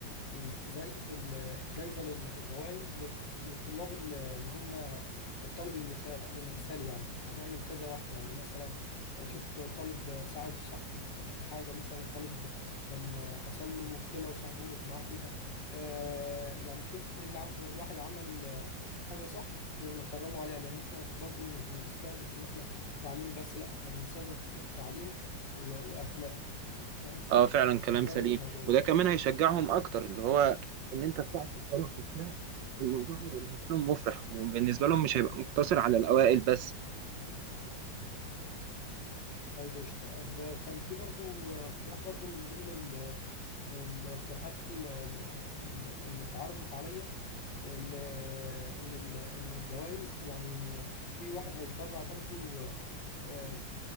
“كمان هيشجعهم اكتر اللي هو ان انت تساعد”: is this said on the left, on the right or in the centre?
Right